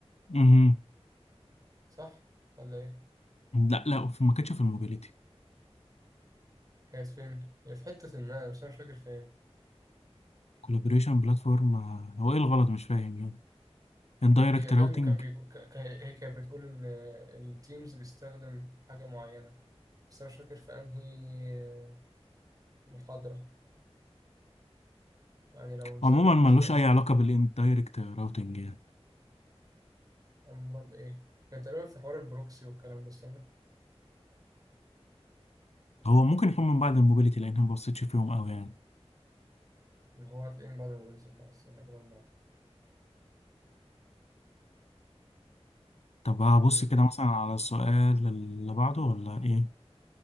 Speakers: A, on the left; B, on the right.
A: مهم.
B: صح ولا ايه
A: لا لا في- ما كانتش في الموبيليتي
B: كانت فين هي في حته ما بس انا مش فاكر فين
A: كولابوريشن بلاتفورم هو ايه الغلط مش فاهم يعني اندايركت
B: هي كان
A: راوتنج
B: كان بي... ك- ك- هي كانت بتقول ان التيمز بيستخدم حاجه معينه بس انا مش فاكر في انهي آه، محاضره يعني لو نسرش
A: عموما ملوش
B: مثلا
A: اي علاقه بالاندايركت راوتنج يعني
B: امال ايه كان تقريبا في حوار البروكسي والكلام ده استنى
A: هو ممكن يكون من بعد الموبيليتي لان أنا ما بصيتش فيهم قوي يعني
B: اللي هو هتلاقيه من بعد الموبيليتي خلاص استنى كده
A: طب هبص
B: ما
A: كده مثلا على السؤال اللي بعده ولا ايه